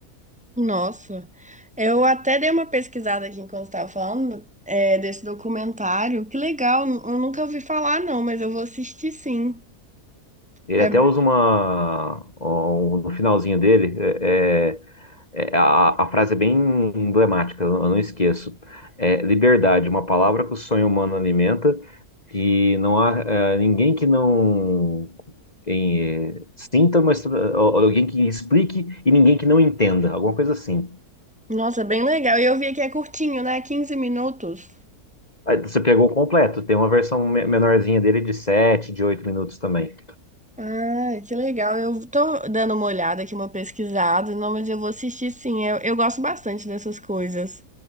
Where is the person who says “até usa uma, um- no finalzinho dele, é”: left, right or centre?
Left